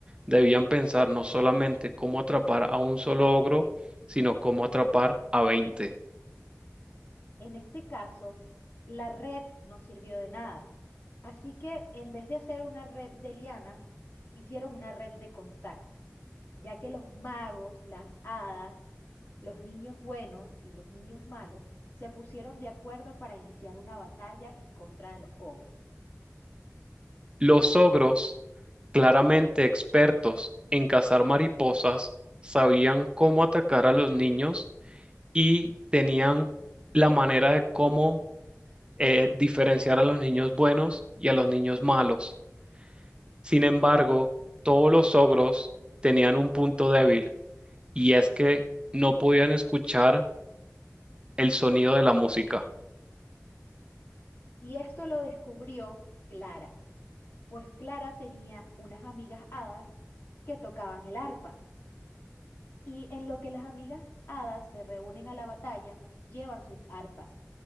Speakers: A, on the right; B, on the left.
A: Debían pensar no solamente cómo atrapar a un solo ogro, sino cómo atrapar a 20.
B: En este caso, la red no sirvió de nada. Así que en vez de hacer una red de lianas, hicieron una red de contactos, ya que los magos, las hadas, los niños buenos y los niños malos se pusieron de acuerdo para iniciar una batalla en contra de los ogros.
A: Los ogros, claramente expertos en cazar mariposas, sabían cómo atacar a los niños y tenían la manera de cómo eh, diferenciar a los niños buenos y a los niños malos. Sin embargo, todos los ogros tenían un punto débil y es que no podían escuchar el sonido de la música.
B: Y esto lo descubrió Clara, pues Clara tenía unas amigas hadas que tocaban el arpa. Y en lo que las amigas hadas se reúnen a la batalla, llevan sus arpas,